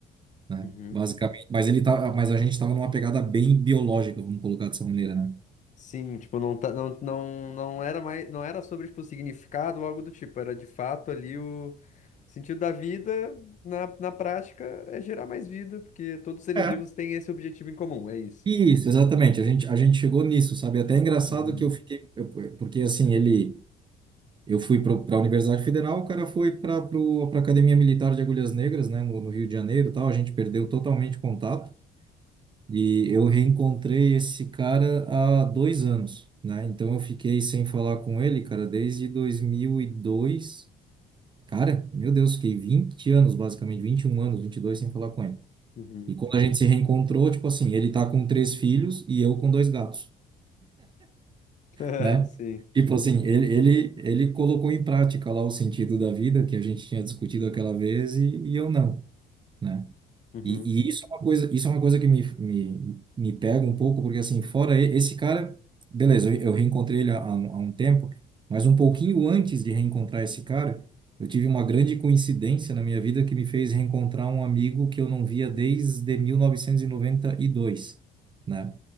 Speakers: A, on the right; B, on the left.
A: né?
B: uhum.
A: Basicamente. Mas ele tá, mas a gente estava numa pegada bem biológica, vamos colocar dessa maneira, né?
B: Sim, tipo, não, tá, não, não, não era mais, não era sobre, tipo, significado ou algo do tipo, era de fato ali o sentido da vida, na, na prática, é gerar mais vida, porque todos os seres
A: É.
B: vivos têm esse objetivo em comum, é isso.
A: Isso, exatamente. A gente, a gente chegou nisso, sabe? Até é engraçado
B: Uhum.
A: que eu fiquei, eu- porque assim, ele Eu fui para a Universidade Federal, o cara foi para a Academia Militar de Agulhas Negras, né, no, no Rio de Janeiro, e tal. A gente perdeu totalmente o contato e eu reencontrei esse cara há dois anos, né? Então eu fiquei sem falar com ele, cara, desde 2002. Cara, meu Deus, fiquei 20 anos, basicamente, 21 anos, 22 sem falar com ele.
B: Uhum.
A: E quando a gente se reencontrou, tipo assim, ele tá com três filhos e eu com dois gatos.
B: <laughs>
A: né?
B: Sim.
A: Tipo assim, ele, ele, ele colocou em prática lá o sentido da vida que a gente tinha discutido aquela vez e, e eu não, né?
B: Uhum.
A: E, e isso é uma coisa, isso é uma coisa que me, me, me pega um pouco, porque assim, fora e- esse cara, beleza, eu, eu reencontrei ele há, há um há um tempo, mas um pouquinho antes de reencontrar esse cara, eu tive uma grande coincidência na minha vida que me fez reencontrar um amigo que eu não via desde mil novecentos e e noventa e dois né?